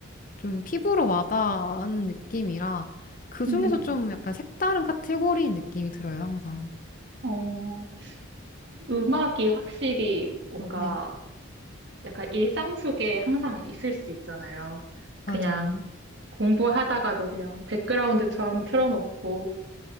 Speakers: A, on the left; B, on the right.
A: 좀 피부로 와닿는 느낌이라 그중에서
B: 네.
A: 좀 약간 색다른 카테고리인 느낌이 들어요, 항상.
B: 어, 음악이 확실히 뭔가
A: 네,
B: 약간 일상 속에 항상 있을 수 있잖아요. 그냥
A: 맞아요.
B: 공부하다가도 그냥 백그라운드처럼 틀어놓고,